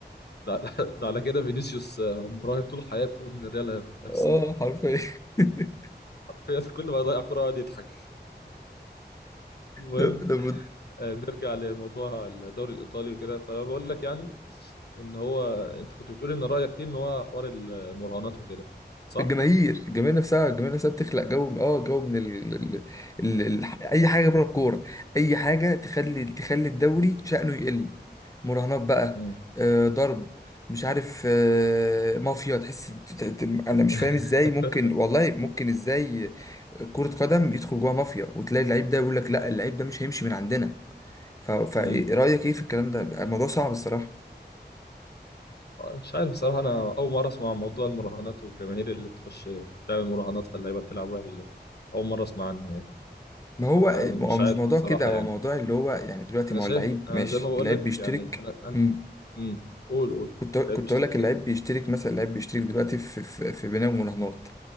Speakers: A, on the left; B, on the left.
A: ده ده على كده فينيسيوس آه، مراهن طول حياته ان الريال هيخسر
B: اه حرفيا <laughs>
A: حرفيا كل ما يضيع كرة يقعد يضحك المهم
B: ده بد...
A: آه، نرجع لموضوع الدوري الايطالي وكده فبقول لك يعني ان هو انت كنت بتقول ان رايك فيه ان هو حوار المراهنات وكده صح؟
B: الجماهير الجماهير نفسها الجماهير نفسها بتخلق جو اه جو من ال... ال... ال... ال... اي حاجه بره الكوره اي حاجه تخلي تخلي الدوري شأنه يقل مراهنات بقى
A: امم
B: آه ضرب مش عارف آه مافيا تحس ت- ت- ت- انا مش
A: <laughs>
B: فاهم ازاي ممكن والله ممكن ازاي كرة قدم يدخل جواها مافيا وتلاقي اللعيب ده يقول لك لا اللعيب ده مش هيمشي من عندنا ف... فرأيك
A: امم
B: ايه في الكلام ده الموضوع صعب الصراحة
A: مش عارف بصراحه انا اول مره اسمع عن موضوع المراهنات والجماهير اللي بتخش تعمل مراهنات فاللعيبه بتلعب وحش ده اول مره اسمع عنه يعني
B: ما هو
A: فمش
B: هو مش
A: عارف
B: موضوع
A: بصراحه
B: كده هو
A: يعني
B: موضوع اللي هو يعني دلوقتي
A: انا
B: ما
A: شايف
B: هو اللعيب
A: انا
B: ماشي
A: زي ما بقول
B: اللعيب
A: لك
B: بيشترك
A: يعني انا انا
B: مم.
A: امم قول قول
B: كنت كنت
A: لعيب بيشترك
B: اقول لك اللعيب
A: ايه؟
B: بيشترك مثلا اللعيب بيشترك دلوقتي في في, في بناء المراهنات